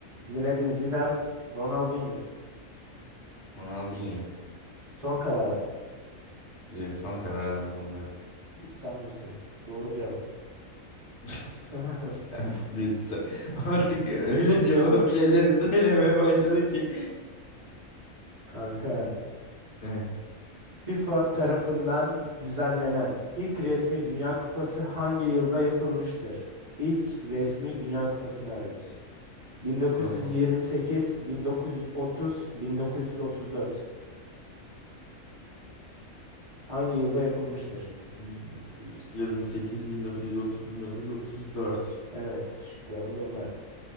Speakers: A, on the right; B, on the left.
A: Zinedine Zidane, Ronaldinho.
B: Ronaldinho
A: Son karar mı?
B: diye son kararım bunda.
A: Sen bilirsin. Doğru cevap.
B: <laughs>
A: <laughs>
B: Sen lütfen artık öyle cevap şeyleri <laughs> söylemeye başladı ki.
A: Kanka.
B: <laughs> Eh,
A: FIFA tarafından düzenlenen ilk resmi Dünya Kupası hangi yılda yapılmıştır? İlk resmi Dünya Kupası'nı arıyoruz. 1928,
B: Tamam.
A: 1930, 1934. Hangi yılda yapılmıştır?
B: 1928, 1930, 1934.
A: Evet, şıklarımız onlar.